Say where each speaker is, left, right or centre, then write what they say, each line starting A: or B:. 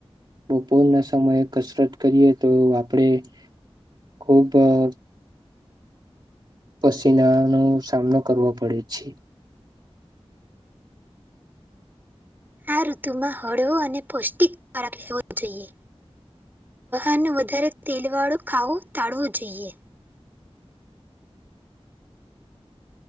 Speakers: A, on the right; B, on the right.
A: બપોરના સમયે કસરત કરીએ તો આપણેે ખુબ અહ પસીનાનો સામનો કરવો પડે છે.
B: આ ઋતુમાં હળવો અને પૌષ્ટિક આહાર લેવો જ જોઈએ. અને વધારે તેલવાળું ખાવું ટાળવું જોઈએ.